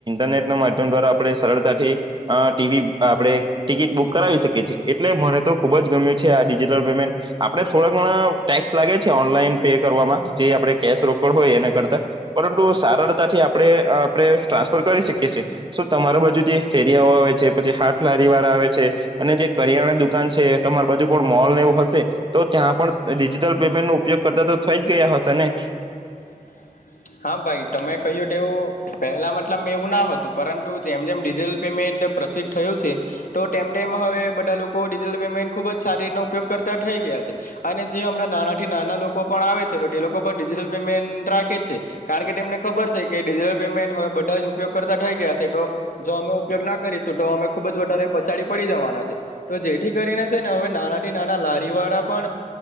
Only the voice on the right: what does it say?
રનેટ મા્યમ દ્વારા આપ સરતાથી ટીવી આપણે ટિકિટ બુક કરાવી શકીએ છીએ એટલે મને તો ખુબ જ ગમ્યું છે આ ડિજિટલ પેમેન્ટ આપે થોડા ઘણા ટેક્સ લાગે છે ઓનલાન પે કરવામાં જે આપણે કેશ રોકડ હોય એના કરતા પરંતુ સરળતાથી આપણે આપણે ટ્રાન્સફર કરી શકીએ છીએ સ તમાર બાજુ જે ફેરીિયાઓ આવે છે પછી હાથ લારી વાળા આવે છે અને જે કરિયાણા દુકાન છે તમાર બાજુ પણ મોલને એવું હશે તો ત્યાં પણ ડિજિટલ પેમેન્ટ નું ઉપયોગ કરતા તો થઈ જ ગયા હશે ને